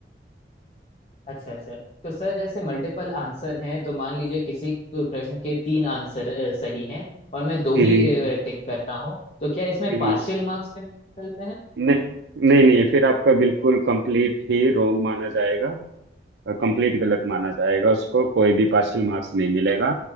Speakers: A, on the left; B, on the right.
A: अच्छा अच्छा तो सर जैसे मल्टीपल आंसर हैं तो मान लीजिए किसी प्रश्न के तीन आंसर अ, सही हैं और मैं दो
B: हम्म
A: ही टिक करता हूँ तो क्या इसमें
B: हम्म
A: पार्शियल मार्क्स मिलते हैं
B: नहीं नहीं नहीं फिर आपका बिल्कुल कंप्लीट ही रॉन्ग माना जाएगा कंप्लीट गलत माना जाएगा उसको कोई भी पार्शियल मार्क्स नहीं मिलेगा